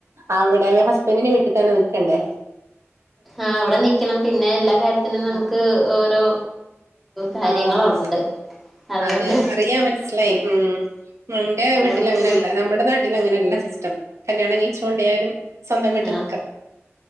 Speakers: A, on the right (about 80°); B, in the centre.
A: അവിടെ ഹസ്ബന്റിന്റെ വീട്ടിൽ തന്നെ നിൽക്കണ്ടേ
B: ആഹ് അവിടെ നിക്കണം പിന്നെ എല്ലാ കാര്യത്തിനും നമുക്ക്
A: ആഹ്
B: ഓരോ കാര്യങ്ങളുണ്ട്.
A: ആഹ്
B: അതുകൊണ്ട്
A: അതെ അറിയാ മനസ്സിലായി ഉം എന്റെ
B: അങ്ങനെ
A: വീട്ടിലങ്ങനെയല്ല
B: ബുദ്ധിമുട്ട്
A: നമ്മുടെ നാട്ടിൽ. അങ്ങനല്ലാ സിസ്റ്റം കല്യാണം കഴിച്ച് കൊണ്ടൊയാലും സ്വന്തം വീട്ടിൽ
B: ആഹ്
A: നിക്കാം